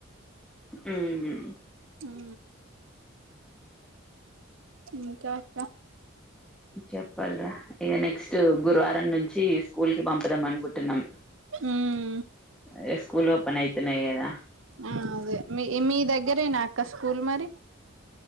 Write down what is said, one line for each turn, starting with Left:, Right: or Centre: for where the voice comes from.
Centre: ఊ
Right: ఊ ఇంకా అక్క
Centre: చెప్పల్రా ఇక నెక్స్ట్ గురువార్ రం నుంచి స్కూల్ కి పంపుదాం అనుకుంటున్నాం
Right: ఉమ్
Centre: ఇగ స్కూల్ ఓపెన్ అయి తున్నయ్ కదా
Right: ఆ అదే మీ మీ దగ్గరేనా అక్క స్కూల్ మరి